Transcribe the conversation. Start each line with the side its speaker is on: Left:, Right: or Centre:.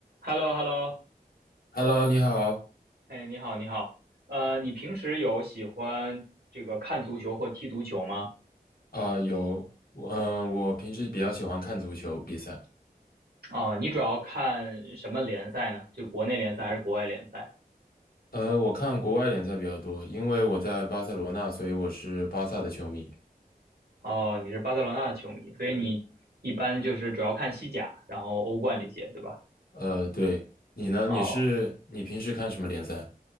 Right: h e l l o h e l l o
Left: Hello，你好。
Right: 哎，你好，你好，呃，你平时有喜欢这个看足球或踢足球吗？
Left: 啊、有，呃，我平时比较喜欢看足球比赛，
Right: 啊、你主要看什么联赛呢？就国内联赛还是国外联赛？
Left: 呃，我看国外联赛比较多，因为我在巴塞罗那，所以我是巴萨的球迷。
Right: 哦，你是巴塞罗那的球迷，所以你一般就是主要看西甲，然后欧冠这些，对吧？
Left: 呃，对，你呢？
Right: 哦，
Left: 你是你平时看什么联赛？